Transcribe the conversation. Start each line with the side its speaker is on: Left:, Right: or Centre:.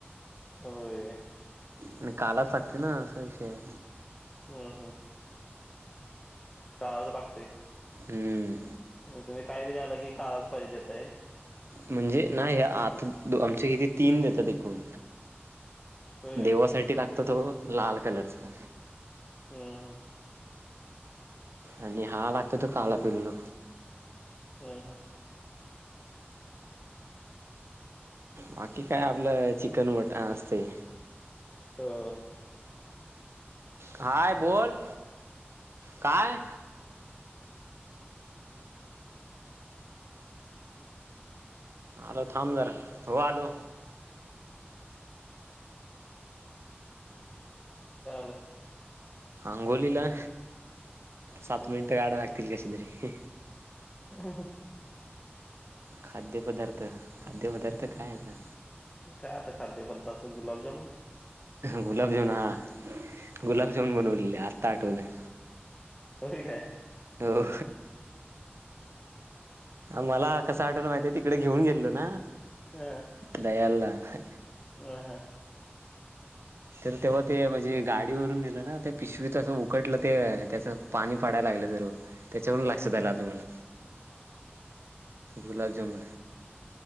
Left: होय
Right: आणि कालाच लागते ना असं विषय
Left: ह हा पच पागते
Right: हम्म
Left: म्हणजे तुम्ही काय बध आला की काच पाहिजे देतय
Right: म्हणजे नाही आता आमचे किती तीन देतात एकूण
Left: होय काय
Right: देवासाठी लागत तत लाल कलरचा
Left: हा हा
Right: आणि हा लागतो तो काला पिल्लो
Left: ह हा
Right: बाकी काय आपलं चिकन मटण असते
Left: ह
Right: हाय बोल काय आलो थांब जरा हो आलो
Left: ले
Right: अंगोलीला सात
Left: हम्म
Right: मिनट गडाकतील ग क
Left: हम
Right: खाद्यपदार्थ खाद्यपदार्थ काय आहेता
Left: काय आता खाद्यपदार्थ गुलाबजामन
Right: गुलाबजामन हा गुलाबजामुन बनवलेले आत्ता आठवलं
Left: तरी खय
Right: हो मला कस आठवला माहितीय तिकडे घेऊन गेलो ना
Left: ह
Right: दयालला ह
Left: ह हा
Right: तर तेव्हा ते म्हणजे गाडीवरून नेलं ना ते पिशवीतसं उकटलं ते त्याचं पाणी पाडायला लागलं जर त्याच्यावरून लक्षात
Left: ह
Right: आला आता मला गुलाब जमुन